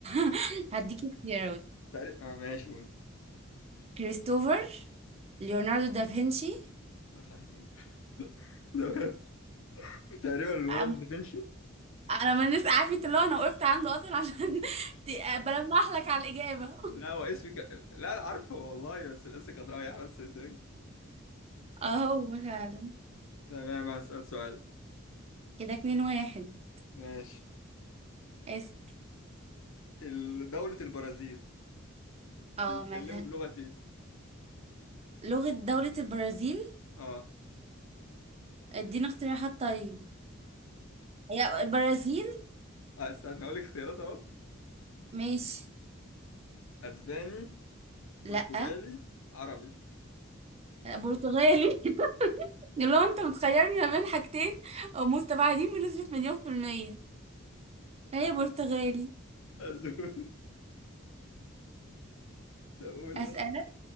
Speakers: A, on the right; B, on the left.
A: <laughs> هديكي اختيارات
B: تقريبا آه ماشي قول
A: كريستوفر ليوناردو دافنشي
B: آه صحيح <laughs> تمام تقريبا ليوناردو
A: أم-
B: دافنشي
A: انا ما الناس عارفه اللي هو انا وقفت عنده اصلا عشان <laughs> ت- بلمح لك على الاجابه <laughs>
B: لا هو اسمي ك... لا أنا عارفه والله بس الاسم كان رايح بس قدامي
A: اهو فعلا
B: تمام هسأل سؤال
A: كده اتنين واحد
B: ماشي
A: اس
B: ال- دولة البرازيل
A: اه
B: بيتكلموا
A: مالها
B: بلغة ايه؟
A: لغة دولة البرازيل
B: اه
A: ادينا اقتراحات طيب هي البرازيل
B: آه، استنى اقول لك اختيارات اهو
A: ماشي
B: اسباني برتغالي
A: لا
B: عربي
A: برتغالي <laughs> لو انت متخيرني ما بين حاجتين مستبعدين بنسبة مليون في المية هي برتغالي
B: أزول <laughs> طب قول
A: أسألك
B: ده